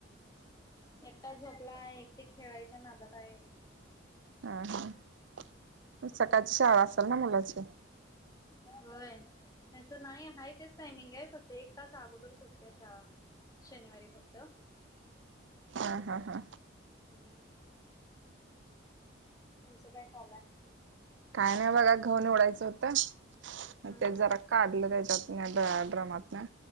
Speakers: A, on the left; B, on the right.
A: <inaudible> एकटा झोपला आहे एकटे खेळायच्या नादात आहे <inaudible>
B: हा हा
A: हम्म
B: सकाळची शाळा अस असल न मुलाची
A: होय त्याच नाही आहेा तेच टायमिंग आहे फक्त एक तास अगोदर सुटते शाळा शनिवारी फक्त
B: हा हा हा
A: हम तुमचं काय चालू हाय
B: काय नाही बघा घऊ निवडायचं होत
A: हम्म
B: ते
A: हम्म
B: जरा काढलं त्याच्यात ड्रामातन